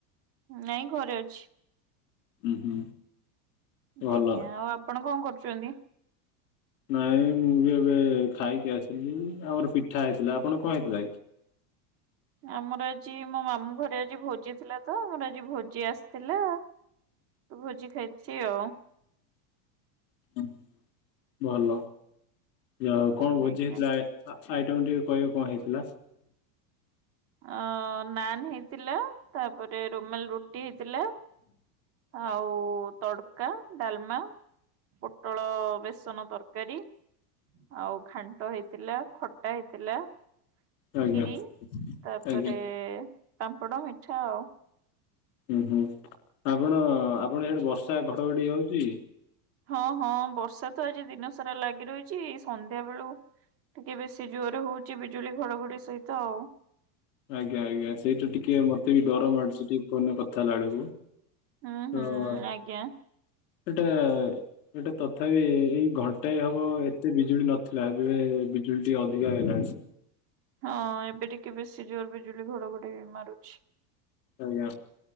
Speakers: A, on the right; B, on the left.
A: ନାଇଁ ଘରେ ଅଛି।
B: ଉଁ ହୁଁ। ଭଲ
A: ଆଜ୍ଞା ଆଉ ଆପଣ କଣ କରୁଚନ୍ତି?
B: ନାଇଁ ମୁଁ ବି ଏବେ ଖାଇକି ଆସିଲି ଆମର ପିଠା ହେଇଥିଲା ଆପଣ କଣ ହେଇଥିଲା କି?
A: ଆମର ଆଜି ମୋ ମାମୁଁ ଘରେ ଆଜି ଭୋଜି ଥିଲା ତ ମୋର ଆଜି ଭୋଜି ଆସିଥିଲା। ତ ଭୋଜି ଖାଇଚି ଆଉ।
B: ଉଁ ଭଲ ଯାହାହଉ କଣ ଭୋଜି
A: ଆଜ୍ଞା।
B: ହେଇଥିଲା ଏ ଆ ଆଇଟମ ଟିକେ କହିବେ କଣ ହେଇଥିଲା?
A: ଅଁ ନାନ୍ ହେଇଥିଲା ତାପରେ ରୋମାଲ ରୁଟି ହେଇଥିଲା। ଆଉ ତଡକା ଡ଼ାଲମା ପୋଟଳ ବେସନ ତରକାରୀ। ଆଉ ଘାଣ୍ଟ ହେଇଥିଲା ଖଟା ହେଇଥିଲା
B: ଆଜ୍ଞା
A: ଖିରି ତାପରେ
B: ଆଜ୍ଞା
A: ପାମ୍ପଡ ମିଠା ଆଉ।
B: ଉଁ ହୁଁ ଆପଣ ଆପଣ ହେଆଡେ ବର୍ଷା ଘଡଘଡି ହଉଚି?
A: ହଁ ହଁ ବର୍ଷା ତ ଆଜି ଦିନ ସାରା ଲାଗି ରହିଚି ସନ୍ଧ୍ୟା ବେଳୁ ଟିକେ ବେଶୀ ଜୋରେ ହଉଚି ବିଜୁଳି ଘଡଘଡି ସହିତ ଆଉ।
B: ଆଜ୍ଞା ଆଜ୍ଞା ସେଇଟୁ ଟିକେ ମୋତେ ବି ଡର ମାଡୁଚି ଟିକେ ଫୋନ୍ ରେ କଥାହେଲା ବେଳକୁ।
A: ହୁଁ ହୁଁ
B: ହଁ।
A: ଆଜ୍ଞା
B: ଏଟା ଏଟା ତଥାବି ଏଇ ଏଇ ଘଣ୍ଟାଏ ହବ ଏତେ ବିଜୁଳି ନ ଥିଲା ଏବେ ବିଜୁଳି ଟିକେ ଅଧିକା ହେଲାଣି।
A: ହଁ ଏବେ ଟିକେ ବେଶୀ ଜୋରେ ବିଜୁଳି ଘଡଘଡି ମାରୁଛି।
B: ଆଜ୍ଞା